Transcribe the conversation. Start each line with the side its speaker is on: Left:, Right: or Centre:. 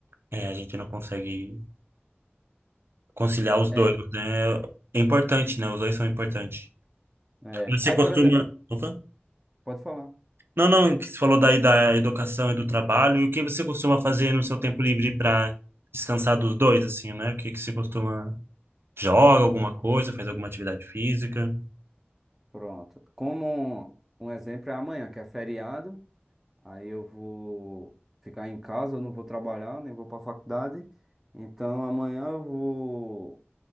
Right: é, a gente não consegue conciliar os dois,
Centre: É,
Right: né? É importante, né? Os dois são importantes.
Centre: é.
Right: Você
Centre: Aí,
Right: costuma.
Centre: por exemplo,
Right: Opa?
Centre: pode falar.
Right: Não, não, que você falou daí da educação e do trabalho. E o que você costuma fazer no seu tempo livre para descansar dos dois, assim, né? O que que você costuma. Joga alguma coisa, faz alguma atividade física?
Centre: Pronto. Como um exemplo é amanhã, que é feriado, aí eu vou ficar em casa, eu não vou trabalhar, nem vou pra faculdade. Então, amanhã eu vou.